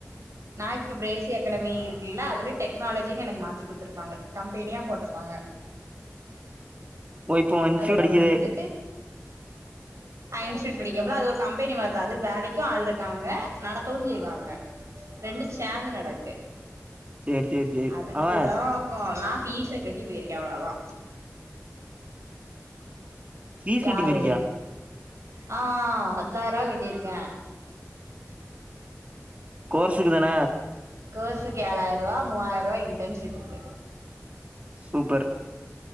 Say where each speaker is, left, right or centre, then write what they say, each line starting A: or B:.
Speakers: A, on the right; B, on the right.
A: நா இப்ப பிரேசி அகடமி இருக்குல்ல அதுல டெக்னாலஜின்னு எனக்கு மாத்தி குடுத்துருப்பாங்க கம்பெனியா போட்ருப்பாங்க
B: ஓ இப்போ இன்ஸ்டியூட்
A: அதுல
B: அடிக்குது
A: வந்து நா இன்ஸ்டியூட் படிக்கம்ல அது ஒரு கம்பெனி மாரி தா அது வேலைக்கு ஆள்ருக்காங்க நடத்தவு செய்வாங்க ரெண்டு சேந்து நடக்கு
B: சேரி சேரி சேரி
A: அதுக்குதா
B: அவ
A: நா ஃபீஸ கட்டி போயிருக்கே அவ்ளதா
B: ஃபீஸ்
A: யாரு
B: கட்டி போயிருக்கியா
A: ஆ பத்தாயிருவா கட்டிருக்கே
B: கோர்ஸுக்கு தான
A: கோர்ஸுக்கு ஏழாயிருவா மூவாயிருவா இன்டன்ஷிப்புக்கு
B: சூப்பர்